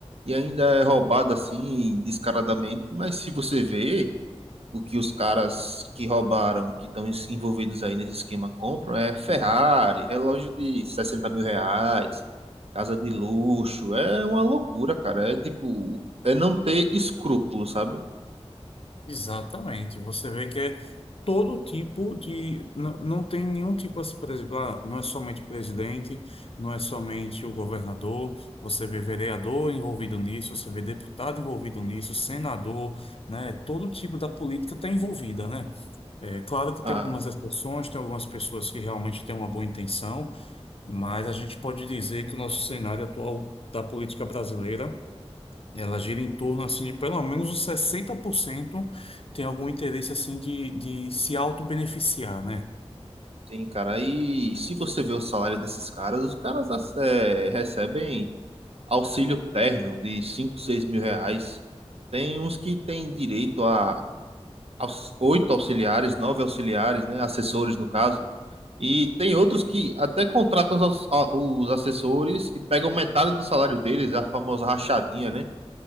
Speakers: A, on the right; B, on the left.
A: e ainda é roubado assim, descaradamente. Mas se você vê o que os caras que roubaram, que estão envolvidos aí nesse esquema, compram, é Ferrari, relógio de 60 mil reais, casa de luxo. É uma loucura, cara. É tipo, é não ter escrúpulo, sabe?
B: Exatamente. Você vê que é todo tipo de. Não, não tem nenhum tipo assim, por exemplo, ah, não é somente o presidente, não é somente o governador, você vê vereador envolvido nisso, você vê deputado envolvido nisso, senador, né? Todo tipo da política está envolvida, né? É claro que
A: Ah,
B: tem algumas exceções, tem algumas pessoas que realmente têm uma boa intenção. mas a gente pode dizer que o nosso cenário atual da política brasileira, ela gira em torno assim de pelo menos uns 60% tem algum interesse assim de, de se autobeneficiar, né?
A: sim, cara. E se você vê o salário desses caras, os caras ass- é, recebem auxílio terno de 5 6 mil reais. Tem uns que têm direito a aux- oito auxiliares, nove auxiliares, né, assessores no caso, e tem outros que até contratam os, aux- a- os assessores e pegam metade do salário deles, a famosa rachadinha, né?